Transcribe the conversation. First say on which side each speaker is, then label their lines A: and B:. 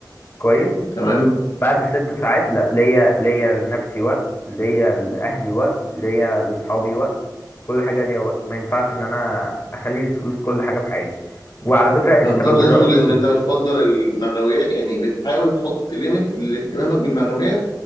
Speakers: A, on the left; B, on the left.
A: كويس
B: تمام؟
A: بعد الست ساعات لا ليا ليا لنفسي وقت ليا لاهلي وقت ليا لاصحابي وقت كل حاجه ليا وقت ما ينفعش ان انا اخلي الفلوس كل حاجه في حياتي وعلى فكره السبب
B: فأنت تقصد
A: الرئيسي
B: إن أنت بتفضل المعنويات يعني بتحاول تحط ليميت لاهتمامك بالمعنويات